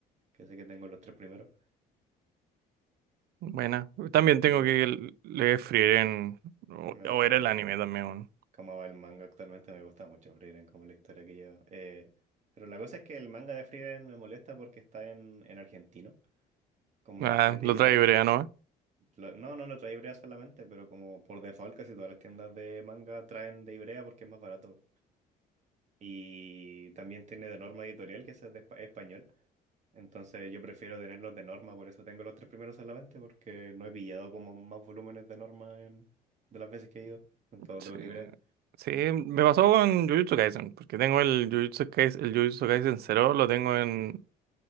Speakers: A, on the right; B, on the right.
A: que sé que tengo los tres primeros.
B: Buena. También tengo
A: Eh,
B: que l- leer Frieren. O,
A: me gusta
B: o era
A: mucho
B: el anime también,
A: co-
B: man.
A: cómo va el manga actualmente, me gusta mucho Frieren, como la historia que lleva. Eh, pero la cosa es que el manga de Frieren me molesta porque está en, en argentino, como
B: Ah,
A: este es de
B: lo
A: Ivrea.
B: trae Ibrea, ¿no?
A: Lo- no, no lo trae Ibrea solamente, pero como por default casi todas las tiendas de manga traen de Ibrea porque es más barato. Y también tiene de norma editorial que ese es de espa- español. Entonces yo prefiero tenerlos de norma, por eso tengo los tres primeros solamente, porque no he pillado como más volúmenes de norma en, de las veces que he ido. Son todos
B: Sí.
A: de los de Ibrea.
B: Sí, me pasó con Jujutsu Kaisen, porque tengo el Jujutsu Kaisen, el Jujutsu Kaisen 0, lo tengo en,